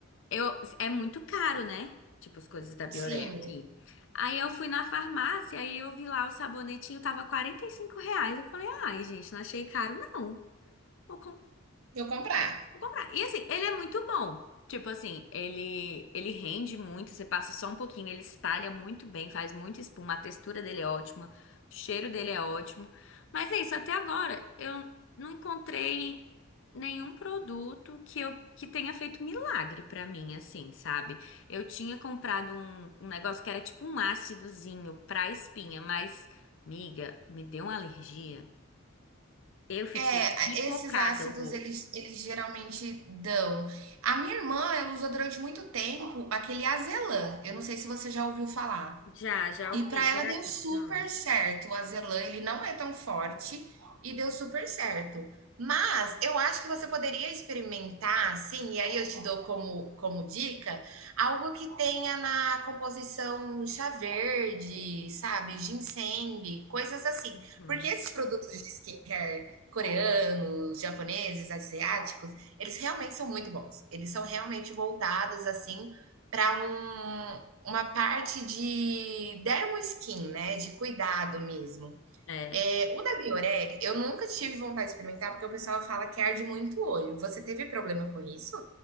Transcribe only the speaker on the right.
Sim,
vou comprar.
É,
esses ácidos
eles, eles geralmente dão. A minha irmã, ela usou durante muito tempo aquele azelã. Eu não sei se você já ouviu falar.
E
para ela
deu
super certo. O azelã, ele não é tão forte e deu super certo. Mas eu acho que você poderia experimentar, assim, e aí eu te dou como, como dica, algo que tenha na composição chá verde, sabe? Ginseng, coisas assim.
Porque esses produtos de skincare coreanos, japoneses, asiáticos, eles realmente são muito bons. Eles são realmente voltados, assim, para um, uma parte de dermo skin né, de cuidado mesmo.
É, o da Bioré, eu nunca tive vontade de experimentar, porque o pessoal fala que arde muito o olho. Você teve problema com isso?